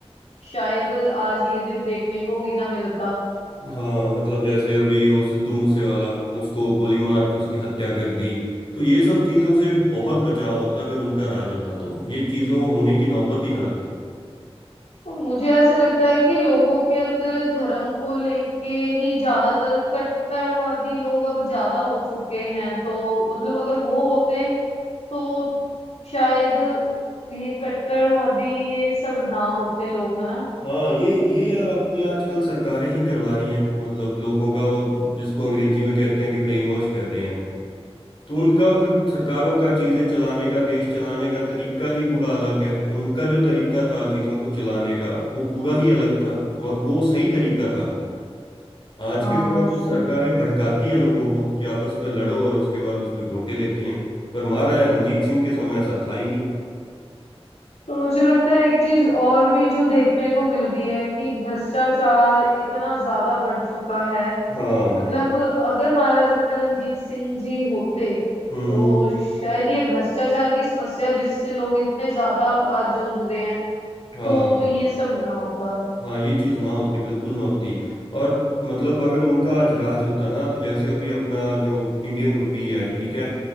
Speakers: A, on the left (about 85°); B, on the left (about 50°).
A: शायद आज ये दिन देखने को ही ना मिलता
B: हाँ मतलब जैसे अभी वो सिद्धू मूसे वाला उसको गोली मार के उसकी हत्या कर दी तो ये सब चीजों से बहुत बचाव होता अगर उनका राज होता तो ये चीजों होने की नौबत ही ना आती
A: तो मुझे ऐसे लगता है कि लोगों के अंदर धर्म को लेके ही ज्यादातर कट्टरवादी लोग अब ज्यादा हो चुके हैं तो मतलब अगर वो होते तो शायद ये कट्टरवादी ये सब ना होते लोग है ना
B: हाँ ये ये यार अपनी आजकल सरकारें ही करवा रही हैं मतलब लोगों का वो जिसको अंग्रेजी में कहते हैं कि ब्रेन वॉश कर रहे हैं तो उनका फिर सरकारों का चीजें चलाने का देश चलाने का तरीका ही पूरा अलग है उनका जो तरीका था चीजों को चलाने का वो पूरा ही अलग था और वो सही तरीका था आज
A: हाँ
B: के समय तो
A: सही
B: सरकारें भड़काती हैं लोगों को कि आपस में लड़ो और उसके बाद उस पे वोटें लेती हैं पर मारा है रणजीत सिंह के समय ऐसा था ही नहीं
A: तो मुझे लगता है एक चीज और भी जो देखने को मिल रही है कि भ्रष्टाचार इतना ज्यादा बढ़ चुका है
B: हाँ
A: मतलब अगर महाराजा रणजीत सिंह जी होते
B: हम्म
A: तो शायद ये भ्रष्टाचार की समस्या जिससे लोग इतने ज्यादा आज जूझ रहे हैं
B: हाँ
A: तो ये सब ना होता
B: हाँ ये चीज ना होती बिल्कुल ना होती और मतलब अगर उनका आज राज होता ना तो जैसे अभी अपना जो इंडियन रुपी है ठीक है